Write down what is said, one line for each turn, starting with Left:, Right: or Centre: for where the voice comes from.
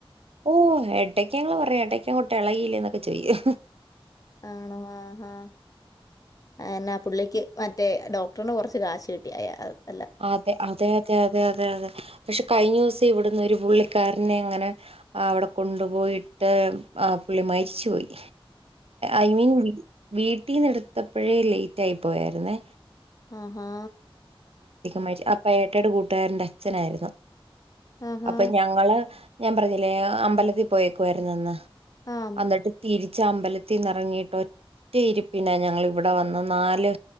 Right: ഓ എടയ്ക്കങ്ങള് പറയു എടയ്ക്കാങ്ങോട്ട് എളകിയില്ലേന്നൊക്കെ ചോയിക്കും
Left: ആണോ ആ ഹാ അ എനാ പുള്ളിക്ക് മറ്റേ ഡോക് ടർന് കൊറച്ച് കാശ് കിട്ടി അയാ അഅ്
Right: അതെ അതെ അതെ അതെ അതെ അതെ പക്ഷെ കഴിഞ്ഞുസം ഇവിടന്ന് ഒരു പുള്ളിക്കാരനെ അങ്ങനെ അവിടെ കൊണ്ടുപോയിട്ട് ആ പുള്ളി മരിച്ച് പോയി ഐ മീൻ വി വീട്ടീന്ന് യെടുത്തപ്പഴേ ലേറ്റായി പോയായിരുന്നേ
Left: ആഹാ
Right: <unintelligible> അപ്പയേട്ടായ്ടെ കൂട്ടുകാരന്റെ അച്ഛനായിരുന്നു
Left: ആഹാ ആഹാ
Right: അപ്പൊ ഞങ്ങള് ഞാൻ പറഞ്ഞില്ലേ അമ്പലത്തിൽ പോയേക്കുവാരുന്നന്ന്
Left: ആം
Right: അന്നിട്ട് തിരി ച്ചാമ്പലത്തിന്ന് ഇറങ്ങിയിട്ട് ഒറ്റയിരിപ്പിനാ ഞങ്ങളിവിടെ വന്ന് നാല്